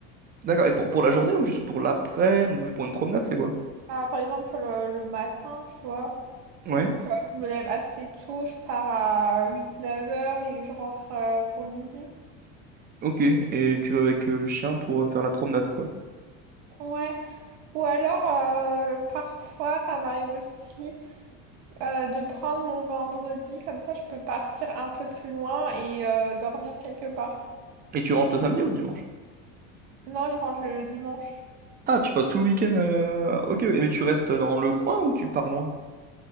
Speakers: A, on the right (about 25°); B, on the right (about 80°).
A: D'accord. Et pour, pour la journée ou juste pour l'après-midi ou pour une promenade, c'est quoi?
B: Ah, par exemple, le, le matin, tu vois.
A: Ouais.
B: Donc, euh, je me lève assez tôt, je pars à huit neuf heures et je rentre euh, pour midi.
A: Ok. Et tu vas avec euh, le chien pour euh, faire la promenade, quoi.
B: Ouais. Ou alors, euh, parfois, ça m'arrive aussi euh, de prendre mon vendredi, comme ça, je peux partir un peu plus loin et euh, dormir quelque part.
A: Et tu rentres le samedi ou le dimanche?
B: Non, je rentre le dimanche.
A: Ah, tu passes tout le week-end. euh, Ok, ok. mais tu restes dans le coin ou tu pars loin?